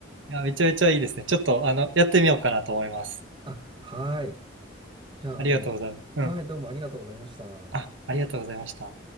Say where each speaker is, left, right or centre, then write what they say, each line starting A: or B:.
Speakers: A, on the right; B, on the right.
A: いや、めちゃめちゃいいですね。ちょっと、あの、やってみようかなと思います。
B: あ、はい。じゃあ、
A: ありがとうございます。
B: あの、
A: うん。
B: はい、どうもありがとうございました。
A: あ、ありがとうございました。